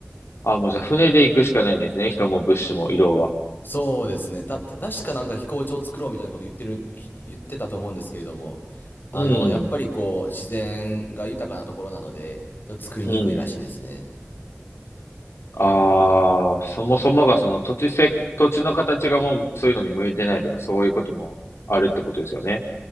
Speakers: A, on the left; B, on the left.
A: ああ、もうじゃあ船で行くしかないんですね。人も物資も移動は。
B: そうですね。た、た確かなんか飛行場を作ろうみたいなこと言ってる、ひ言ってたと思うんですけれども、
A: うん、
B: あの、やっぱりこう、自然が豊かなところなので、ちょっと作りにくいらしいですね。
A: うん。ああ、そもそもがその土地せ、土地の形がもうそういうのに向いてないとかそういうこともあるってことですよね。